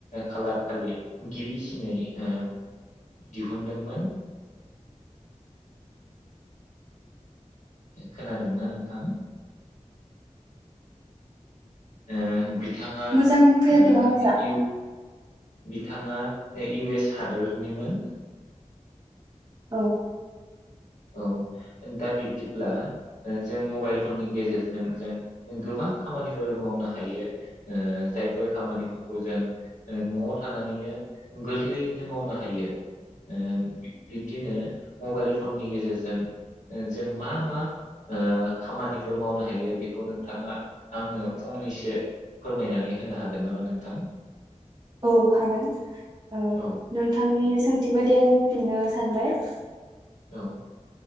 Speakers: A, on the left; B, on the right.
A: खालारखालि गिबिसिनै ओ दिहुनदोंमोन खोनादोंना नोंथां? ओ बिथाङा
B: मोजां फैयाखै
A: ओ
B: आवाजा
A: इउत बिथाङा इउ एस हादोरनिमोन
B: औ
A: औ दा बिब्दिब्ला जों मबाइल फननि गेजेरजों जों गोबां खामानिफोर मावनो हायो ओ जायफोर खामानिफोरखौ जों ओ न'आव थानानैनो गोरलैयैनो मावनो हायो ओ बिब्दिनो मबाइल फननि गेजेरजों जों मा मा ओ खामानिफोर मावनो हायो बेखौ नोंथाङा आंनो फंनैसो फोरमायनानै होनो हागोन नामा नोंथां?
B: औ हागोन ओ
A: औ
B: नोंथांनि सोंथि बायदि आं फिननो सानबाय। <inaudible>
A: औ